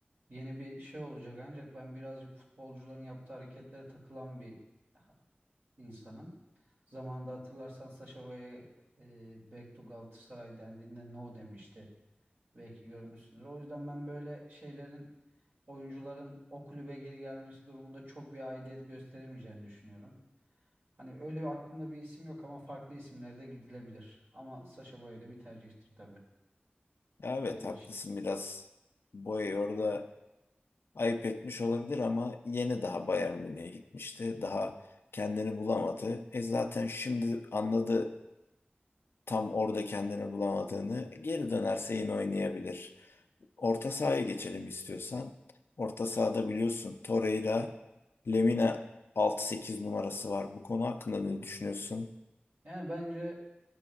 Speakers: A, on the right; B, on the left.
A: Yeni bir şey olacak ancak ben birazcık futbolcuların yaptığı hareketlere takılan bir ha- insanım. Zamanında hatırlarsan Sacha Boey'e e, Back to Galatasaray dendiğinde no demişti. Belki görmüşsündür. O yüzden ben böyle şeylerin oyuncuların o kulübe geri gelmesi durumunda çok bir aidiyet gösteremeyeceğini düşünüyorum. Hani öyle aklımda bir isim yok ama farklı isimlere de gidilebilir. Ama Sacha Boey de bir tercihtir tabii
B: Ya Evet
A: benim
B: haklısın
A: için.
B: biraz. Boey orada ayıp etmiş olabilir ama yeni daha Bayern Münih'e gitmişti. Daha kendini bulamadı. E zaten şimdi anladı tam orada kendini bulamadığını. Geri dönerse yine oynayabilir. Orta sahaya geçelim istiyorsan. Orta sahada biliyorsun Torreira, Lemina altı sekiz numarası var. Bu konu hakkında ne düşünüyorsun?
A: Yani bence